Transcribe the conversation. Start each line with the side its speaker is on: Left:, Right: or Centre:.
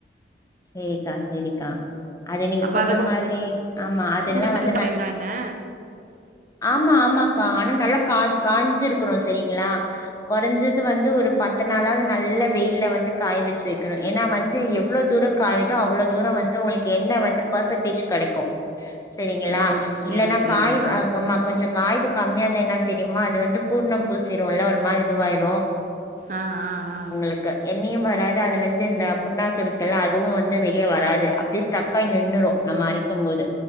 Left: சேரிக்கா சேரிக்கா அத நீங்க
Right: அப்ப
Left: சொன்ன
Right: கொ
Left: மாதிரி ஆமா அதெல்லா
Right: குடுத்துட்டு
Left: வந்து ந
Right: தேங்கா எண்ணெ.
Left: ஆமா ஆமா கா ஆனா நல்லா கா காஞ்சிருக்கனு சரிங்களா கொறஞ்சது வந்து ஒரு பத் த்து நாலாது நல்ல வெயில்ல வந்து காய வச்சிவைக்கனு ஏன்னா வந்து எவ்ளோ தூரோ காயுதோ அவ்ளோ தூரோ வந்து உங்களுக்கு என்ன வந்து பர்சன்டேஜ் கடைக்கு சரிங்களா
Right: ஓ!
Left: இல்லன்னா
Right: சரி சரிம்மா.
Left: காய் வகமா கொஞ்ச காய்வு கம்மியான என்னன்ன தெரியுமா அது வந்து பூர்ணம் பூசிரும்ல்ல ஒரு மாதி இதுவாயிரு
Right: ஆ ஆ ஆ
Left: ருக்கு எண்ணையு வராது அதுல இருந்து இந்த புண்ணாக்கு இருக்குல்ல அதுவு வந்து வெளிய வராது அப்டிய ஸ்டக் ஆய் நின்னுரு நம்ம அரைக்கும் போது